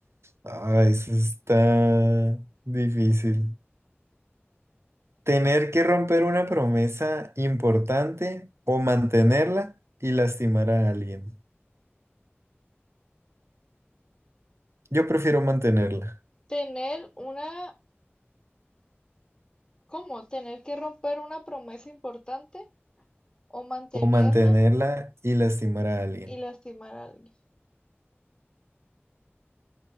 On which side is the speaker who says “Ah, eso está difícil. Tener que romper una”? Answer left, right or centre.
Right